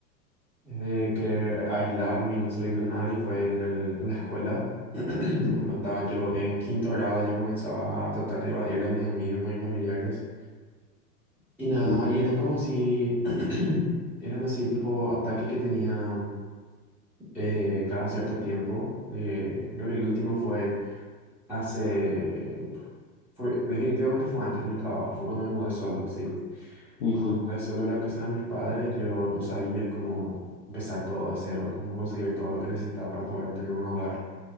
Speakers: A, in the centre; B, on the left (about 35°).
A: De querer aislarme y no salir con nadie fue en el- en la escuela. <clears throat>
B: Mm,
A: Cuando estaba yo en quinto grado ya comenzaba a tratar de evadirle a mis amigos, a mis familiares. Y
B: ujú,
A: nada, y eran como si, <clears throat> eran así tipo ataques que tenía eh, cada cierto tiempo. Eh, creo que el último fue hace, fue, definitivamente fue antes de mi trabajo, fue cuando me mudé solo, sí.
B: ujú,
A: Bueno, me mudé solo a la casa de mis padres. Yo no sabía cómo empezar todo de cero, cómo conseguir todo lo que necesitaba para poder tener un hogar.